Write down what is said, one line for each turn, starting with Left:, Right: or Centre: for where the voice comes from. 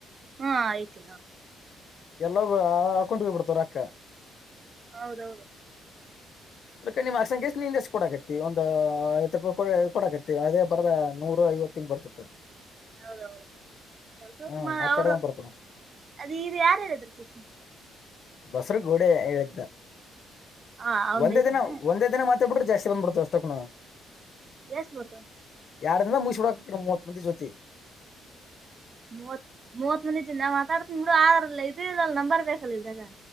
Right: ಹಾ ಐತಿನ
Left: ಎಲ್ಲವೂ ಅಕೌಂಟಿಗೆ ಬಿಡ್ತವೆ ರೋಕ್ಕ.
Right: ಹೌದೌದು
Left: ಅ ಅಸಂಗೀಸ್ ನಿ ಎಷ್ಟು ಕೊಡಕತ್ತಿ ಒಂದುಹತ್ತು ರೂಪಾಯಿ ಐದೂ ಕೊಡಕತ್ತಿ ಅದೇ ಬರದ ನೂರು. ಇವತ್ತಿನ್ ಬರ್ತಪ್ಪ.
Right: ಹೌದೌದು ಅವರು ತೂತ್
Left: ಹ್ಮ್
Right: ಮನೆಯವರು
Left: ಮಾತಾಡ್ದಂಗ್ ಬರ್ತಾವ
Right: ಅದು ಇದು ಯಾರು ಹೇಳಿದ್ರು ಸುಷ್ಮಾ.
Left: ಬಸರು ಗೋಡೆ ಎದ್ದ
Right: ಹ ಅವಂದ್
Left: ಒಂದೇ
Right: ಐತನ
Left: ದಿನ ಒಂದೇ ದಿನ ಮತ್ತ್. <unintelligible> ಬಿಟ್ಟೆ ಜಾಸ್ತಿ ಬಂದ್ಬಿಡ್ತದೆ ಅಷ್ಟ ಕುಣ
Right: ಎಷ್ಟಬರ್ದುದ
Left: ಎಡ ದಿನದಾಗ ಮುಗಸಿ ಬಿಡಬೇಕ ಮೂವತ್ತು ಮಂದಿ ಜ್ಯೋತಿ
Right: ಮೂವತ್ ಮೂವತ್ ಮಂದಿಜ ನಾ ಮಾತಾಡ್ತ ಬಿಡ ಆ ಇದ ಇಲ್ಲಲ್ ನಂಬರ್ ಬೇಕಲ್ಲ ಇದರಾಗ